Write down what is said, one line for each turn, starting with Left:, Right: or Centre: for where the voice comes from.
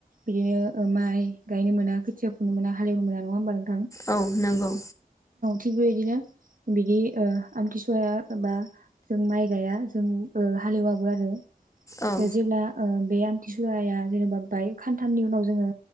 Right: बिदिनो माइ गायनो मोना खोथिया नुनो मोना हालेवनो मोना नङा होनबा
Left: औ नंगौ
Right: थिग बेबायबायदिनो बिदि ओ आमथिसुवाया बा जों माइ गाया जों हालेवाबो आरो।
Left: औ
Right: जेब्ला ओ बे आमथिसुवाया जेनेबा बाय खानथामनि उनाव जोङो